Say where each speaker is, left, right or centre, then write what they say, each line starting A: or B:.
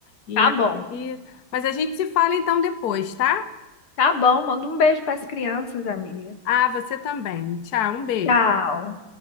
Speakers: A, on the left; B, on the left.
A: E
B: tá
A: aí...
B: bom.
A: Mas a gente se fala então depois, tá?
B: Tá bom, manda um beijo para as crianças, amiga.
A: Ah, você também. Tchau, um beijo.
B: Tchau.